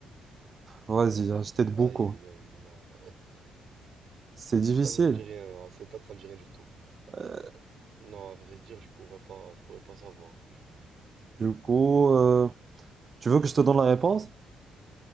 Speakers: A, on the right; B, on the right.
A: Vas-y, hein, je t'aide
B: Aïe,
A: beaucoup.
B: aïe, aïe, non.
A: C'est difficile.
B: Ça me dit rien. À cette date, ça me dit rien du tout.
A: Euh,
B: Non, à vrai dire, je pourrais pas, je pourrais pas savoir.
A: Du coup, euh, tu veux que je te donne la réponse?